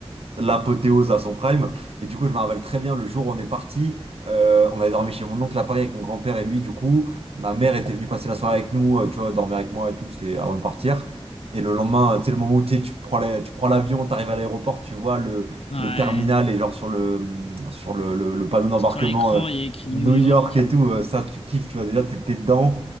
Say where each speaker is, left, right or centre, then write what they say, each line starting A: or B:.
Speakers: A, on the right; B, on the left.
A: l'apothéose à son prime. Et du coup, je me rappelle très bien le jour où on est parti. euh, on avait dormi chez mon oncle à Paris avec mon grand-père et lui. Du coup, ma mère était venue passer la soirée avec nous, euh, tu vois, dormir avec moi et tout. C'était avant de partir. Et le lendemain, euh, tu sais, le moment où tu sais, tu prends la- tu prends l'avion, tu arrives à l'aéroport, tu vois le,
B: Ouais.
A: le terminal et genre sur le, hum, sur le, le- le panneau d'embarquement
B: Sur l'écran,
A: euh,
B: il y a écrit
A: New
B: New York.
A: York et
B: euh,
A: tout, euh, ça, tu kiffes, tu vois, déjà, t'es t'es dedans.